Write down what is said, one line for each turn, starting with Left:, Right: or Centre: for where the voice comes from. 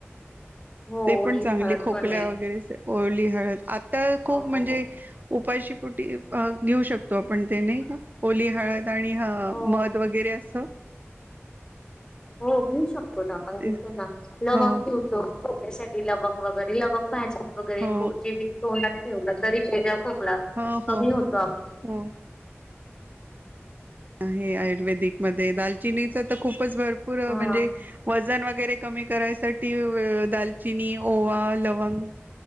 Left: हो
Right: ते
Left: ओली
Right: पण चांगली
Left: हळद
Right: खोकल्या
Left: पण आहे
Right: वगैरे ओळली हळद आत्ता खूप
Left: हो
Right: म्हणजे
Left: हो.
Right: उपाशीपुटी घेऊ शकतो आपण त्याने ओली हळद आणि ह
Left: हो.
Right: मध वगैरे अस
Left: हो घेऊ शकतो ना आपण घेतो
Right: ते
Left: ना लवंग
Right: हो
Left: घेऊचो खोक्यासाठी लवंग वगैरे लवंग भाजून वगैरे
Right: हो
Left: जे तोंडात ठेवलं तरीज आपला
Right: हो
Left: कमी
Right: हो
Left: होतो आप
Right: हो आहे आयुर्वेदिक मध्ये दालचिनीच तर खूपच भरपूर
Left: हा
Right: म्हणजे वजन वगैरे कमी करायसाठी दालचिनी ओवा लवंग यू